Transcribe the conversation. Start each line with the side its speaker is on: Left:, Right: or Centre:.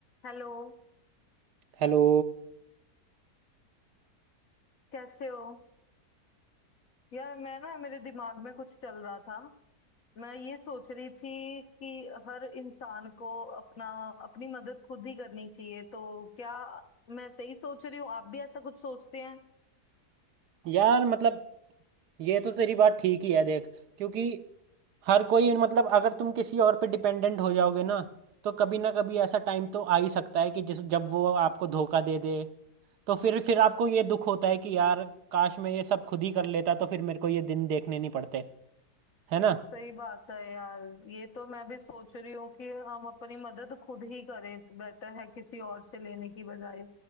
Left: Hello
Right: हेलो
Left: कैसे हो यार मैं ना मेरे दिमाग में कुछ चल रहा था मैं ये सोच रही थी कि हर इंसान को अपना अपनी मदद खुद ही करनी चाहिए तो क्या मैं सही सोच रही हूँ आप भी ऐसा कुछ सोचते हैं
Right: यार मतलब ये तो तेरी बात ठीक ही है देख क्योंकि हर कोई मतलब अगर तुम किसी और पे डिपेंडेंट हो जाओगे ना तो कभी ना कभी ऐसा टाइम तो आ ही सकता है कि जिस जब वो आपको धोखा दे दे तो फिर फिर आपको ये दुख होता है कि यार काश मैं ये सब खुद ही कर लेता तो फिर मेरे को ये दिन देखने नहीं पड़ते है ना
Left: सही बात है यार ये तो मैं भी सोच रही हूँ कि हम अपनी मदद खुद ही करें तो बेटर है किसी और से लेने की बजाय